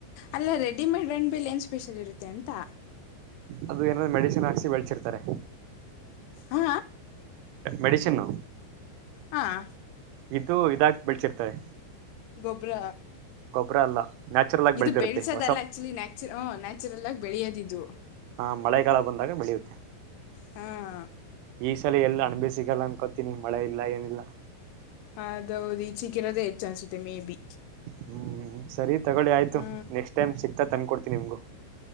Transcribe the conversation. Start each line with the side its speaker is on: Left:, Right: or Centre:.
Left: ಅಲ್ಲ ರೆಡಿಮೇಡ್ ರೆಂಡ್ಬೇಲ್ ಏನ್ ಸ್ಪೆಷಲ್ ಇರುತ್ತೆ ಅಂತ.
Right: ಅದು ಏನಾದ್ರು ಮೆಡಿಸಿನ್ ಹಾಕ್ಸಿ ಬೆಳ್ಸಿರ್ತಾರೆ.
Left: ಹಾ
Right: ಮೆಡಿಸಿನ್ನು.
Left: ಹಾಂ
Right: ಇದು ಇದಾಕಿ ಬೆಳ್ಸಿರ್ತಾರೆ.
Left: ಗೊಬ್ಬರ.
Right: ಗೊಬ್ಬರ ಅಲ್ಲ. ನ್ಯಾಚುರಲ್ ಆಗಿ
Left: ಇದು
Right: ಬೆಳೆದಿರುತ್ತೆ
Left: ಬೆಳ್ಸದಲ್ಲ
Right: ಹೊಸ
Left: ಆಕ್ಚುಲಿ ನ್ಯಾಚು ಹ್ಮು ನ್ಯಾಚುರಲಾಗಿ ಬೆಳೆಯೋದಿದು.
Right: ಹಾ ಮಳೆಗಾಲ ಬಂದಾಗ ಬೆಳಿಯುತ್ತೆ.
Left: ಹಾಂ
Right: ಈ ಸಲ ಎಲ್ಲ ಅಣ್ಬೆ ಸಿಗಲ್ಲ ಅನ್ಕೋತೀನಿ ಮಳೆ ಇಲ್ಲ ಏನಿಲ್ಲ.
Left: ಅದೌದು ಇದ್ ಸಿಕ್ಕಿರೋದೇ ಹೆಚ್ಚು ಅನ್ಸುತ್ತೆ ಮೇ ಬಿ.
Right: ಹ್ಮ್ ಸರಿ ತಗೊಳ್ಳಿ ಆಯ್ತು
Left: ಹಾ
Right: ನೆಕ್ಸ್ಟ್ ಟೈಮ್ ಸಿಕ್ತಾ ತಂದ್ಕೊಡ್ತೀನಿಮ್ಗು.